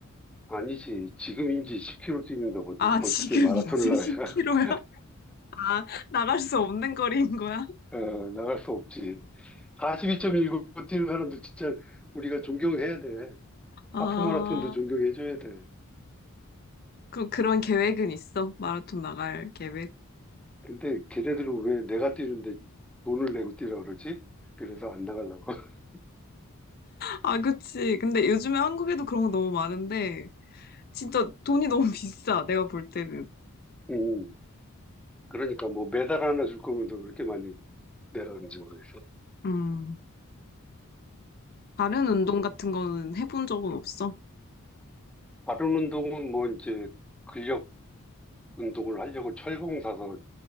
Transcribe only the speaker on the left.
아, 지금
이제
10km야.
아, 나갈 수 없는 거리인 거야?
아,
그럼 그런 계획은 있어? 마라톤 나갈 계획?
아, 그치. 근데 요즘에 한국에도 그런 거 너무 많은데, 진짜 돈이 너무 <laughs> 비싸, 내가 볼 때는.
음, 다른 운동 같은 거는 해본 적은 없어?